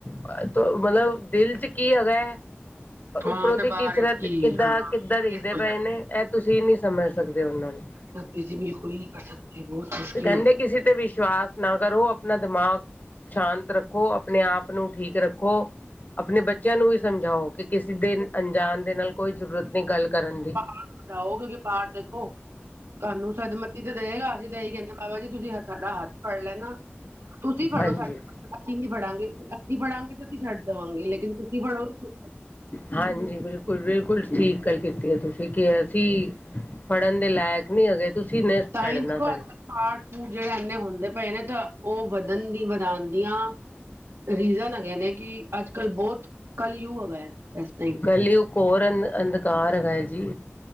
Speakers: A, on the left (about 40°); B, on the right (about 85°).
A: ਮਤਲਬ ਦਿਲ ਚ ਕੀ ਹੈਗਾ ਐ। ਪਰ
B: ਹਾਂ
A: ਉਪਰੋਂ
B: ਤੇ
A: ਦੀ
B: ਬਾਰਿਸ਼
A: ਕਿਸ ਤਰ੍ਹਾਂ,
B: ਕੀ
A: ਕਿੱਦਾਂ-ਕਿੱਦਾਂ
B: ਹਾਂ
A: ਦਿਖਦੇ
B: ਕੀ ਸੋਚਦੇ
A: ਪਏ ਨੇ, ਇਹ ਤੁਸੀਂ ਨਹੀਂ ਸਮਝ ਸਕਦੇ ਉਹਨਾਂ ਨੂੰ
B: ਕਿਓਂਕਿ ਜੀ, ਬਿਲਕੁਲ ਨਹੀਂ ਕਰ ਸਕਦੇ, ਬਹੁਤ ਮੁਸ਼ਕਿਲ
A: ਤੇ ਕਹਿੰਦੇ
B: ਹੋਗੀ
A: ਕਿਸੇ ਤੇ ਵਿਸ਼ਵਾਸ ਨਾ ਕਰੋ। ਆਪਣਾ ਦਿਮਾਗ ਸ਼ਾਂਤ ਰੱਖੋ। ਆਪਣੇ ਆਪ ਨੂੰ ਠੀਕ ਰੱਖੋ, ਆਪਣੇ ਬੱਚੇ ਚਲੋ ਸਮਝਾਓ। ਕਿ ਕਿਸੇ ਦੇ ਅਣਜਾਣ ਦੇ ਨਾਲ ਕੋਈ ਜ਼ਰੂਰਤ ਨਹੀਂ ਗੱਲ ਕਰਨ ਦੀ।
B: ਪਾਠ ਕਰਓਗੇ ਪਾਠ ਦੇਖੋ। ਤੁਹਾਨੂੰ ਸਦਮਤੀ ਤੇ ਦੇਗਾ ਅਸੀਂ ਤਾਂ ਇਹ ਹੀ ਕਹਿੰਦੇ ਬਾਬਾ ਜੀ ਤੁਸੀਂ ਸਾਡਾ ਹੱਥ ਫੜ ਲੈਣਾ। ਤੁਸੀਂ ਫੜੋ
A: ਹਾਂਜੀ
B: ਸਾਡਾ। ਅਸੀਂ ਨੀ ਫੜਾਂਗੇ, ਅਸੀਂ ਫੜਾਂਗੇ ਤਾਂ ਤੁਸੀਂ ਛੱਡ ਦੇਵਾਂਗੇ। ਲੇਕਿਨ ਤੁਸੀਂ ਫੜੋਗੇ
A: ਹਾਂਜੀ। ਬਿਲਕੁਲ -ਬਿਲਕੁਲ ਠੀਕ ਗੱਲ ਕੀਤੀ ਐ। ਤੁਸੀਂ ਕਿ ਅਸੀਂ ਫੜਨ ਦੇ ਲਾਇਕ ਨੀ ਹੈਗੇ। ਤੁਸੀਂ ਨੇ ਛੱਡਣਾ
B: ਤਾਂ ਹੀ ਦੇਖੋ,
A: ਸਾਨੂੰ
B: ਅੱਜ-ਕੱਲ ਪਾਠ ਪੂਜਾ ਜਿਹੜੇ ਇਨੇ ਹੁੰਦੇ ਪਏ ਨੇ, ਤਾਂ ਉਹ ਵਧਣ ਦੀ ਵਧਾਉਂਦੀਆਂ ਰੀਜ਼ਨ ਹੈਗੇ ਨੇ ਕਿ, ਅੱਜ ਕੱਲ੍ਹ ਬਹੁਤ ਕੱਲ੍ਹ ਯੂਗ ਹੈਗਾ ਐ। ਬਸ ਤਾਈ
A: ਪਹਿਲੀ ਘੋਰ ਅੰ ਅੰਧਕਾਰ ਹੈਗਾ ਹੈ ਜੀ।